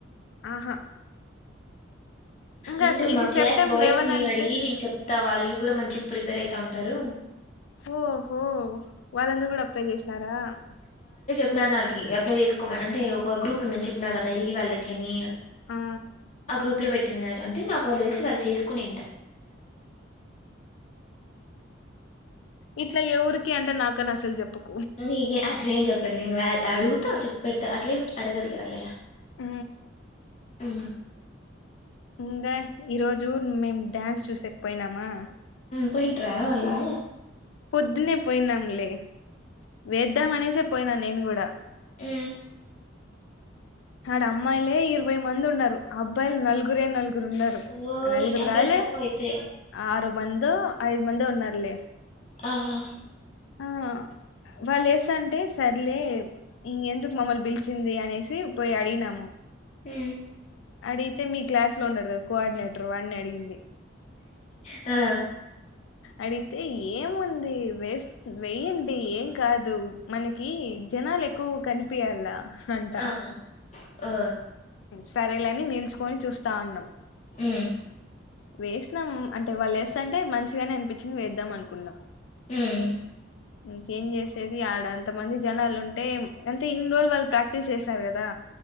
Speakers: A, on the left; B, on the left.
A: ఆహా ఇంకా
B: అం
A: స- ఇది
B: మా క్లాస్
A: సెప్టెం
B: బాయ్స్
A: లెవెన్
B: ని
A: అంటే
B: అడిగి నీకు చెప్తా వాళ్ళు కూడా మంచిగా ప్రిపేర్ అయిత త అంటారు
A: ఓహో వాళ్ళందరుూ కూడా అప్లై చేసినారా
B: చెప్న్నారు నాకి అప్లై చేసుకోమ అంటే ఒక గ్రూప్ ఉందని చెప్పిన కదా వెళ్ళలి వాళ్ళకి అని
A: ఆ
B: ఆ గ్రూప్ లో పెట్టినన్నారు అంటే నాకు వాళ్ళు తెలిసి వాళ్ళు చేసుకుని
A: ఇట్లా ఏఊరికి అంటే నాకు చేపకు
B: నీ అట్లం చెప్పం న అడుగుతావు చెప్పెడా అట్లే ఏం అడగర్లే వాళ్ళలా
A: ఆ
B: ఉ
A: ఇంకా ఈరోోజు మేము డ్యాన్స్ చూసకపోయినామా
B: పోయింట రాలా
A: పొద్దునే పోయినాంలే వేద్దాం అనేసే పోయినా నేను కూడా
B: ఉ
A: ఆడ అమ్మాయిలే ఇరవై మంది ఉన్నారు అబ్బాయిలు నలుగురే నలుగురు లుగురు ఉన్నారు
B: ఓరిని
A: ఆ నలుగురు
B: అబ్బాయిలు
A: కావాలి
B: తక్కువ అయితే
A: ఆరు మంద ఐదు మంద ఉన్నారులే
B: ఆహా
A: ఆ వాళ్ళ వస్త అంటే సర్లే ఇ ఎందుకు మమ్మల్ని పిలిచింది అనేసి పోయి అడిినముో
B: ఆ
A: అడిగితే మీ క్లాస్ లో ఉన్నాడు కదా కోఆర్డినేటర్ వాడిని అడిగింది
B: ఆ
A: అడిగితే ఏముంది వేస్ వేయండి ఏం కాదు మనకి జనాలు ఎక్కువ కనిపియాల అంట
B: ఆ ఓ
A: సరేలేని నిల్చుకొని చూస్తా ఉన్నాం
B: అ
A: వేసాం అంటే వాళ్ళు వేస్తంటే మంచిగానే అనిపించింది వేద్దాం అనుకుంటన్నాం
B: ఉమ్
A: ఇంకేం చేస్త ది ఆడ అంత మంది జనాలు ఉంటే అంటే ఇన్ని రోజులు వాళ్ళు ప్రాక్టీస్ చేసినారు కదా